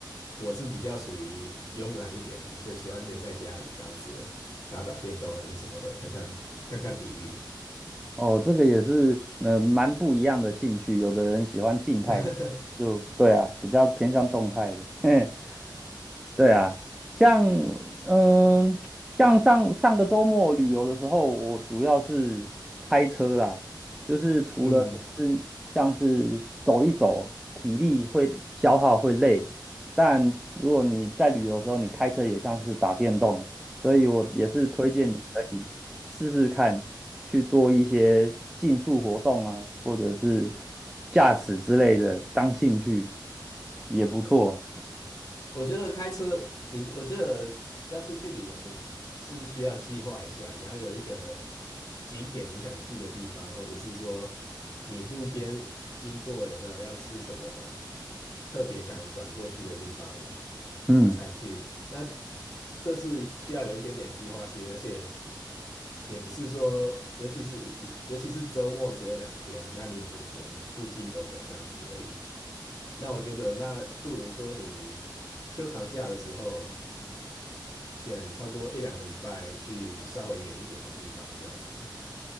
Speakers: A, on the left (about 50°); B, in the centre.
A: 我是比较属于慵懒一点，就喜欢留在家里这样子，打打电动还是什么的，看看看看体育。
B: 哦，这个也是，嗯，蛮不一样的兴趣。有的人喜欢静态的，
A: <laughs>
B: 就对啊，比较偏向动态的。<laughs> 对啊，像嗯，像上上个周末旅游的时候，我主要是开车啦，就是除了是像是走一走，
A: 嗯，
B: 体力会消耗会累，但如果你在旅游的时候，你开车也像是打电动，所以我也是推荐你可以试试看去做一些竞速活动啊，或者是驾驶之类的，当兴趣也不错啊。
A: 我觉得开车，你我觉得要出去旅游，你是需要计划一下，你要有一个景点你想去的地方，或者是说你路边经过有没有要吃什么特别想转过去的地方
B: 嗯。
A: 才去。那这是需要有一点点计划性，而且也不是说，尤其是尤其是周末只有两天，那你就只能附近走走这样子而已。那我觉得，那不如说你休长假的时候，选差不多一两个礼拜去稍微远一点的地方，这样子，